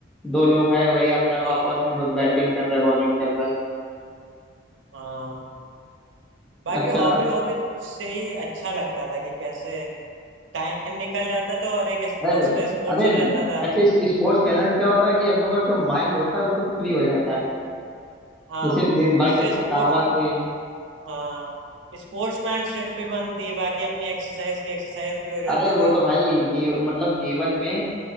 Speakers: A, in the centre; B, on the right (about 80°).
A: दो लोग है वही अपना
B: हाँ
A: आपस में बैटिंग कर रहा है बॉलिंग कर रहा है
B: हाँ बाकी
A: अच्छा
B: हॉबी हॉबी से ही अच्छा लगता था कि कैसे टाइम निकल जाता था और एक स्पोर्ट्स
A: अरे
B: का स्पोर्ट्स
A: अरे
B: हो जाता था
A: ऐसे स्पोर्ट्स खेलने से क्या होता है कि हम लोग का जो माइंड होता है बिल्कुल फ्री हो जाता है
B: हाँ
A: जैसे दिन भर
B: इससे
A: की थकावट
B: स्पोर्ट्स
A: हुई
B: हाँ स्पोर्ट्समैनशिप भी बनती है बाकी अपनी एक्सरसाइज की एक्सरसाइज भी हो
A: अरे
B: जाती
A: वो
B: थी
A: तो भाई जी, मतलब जीवन में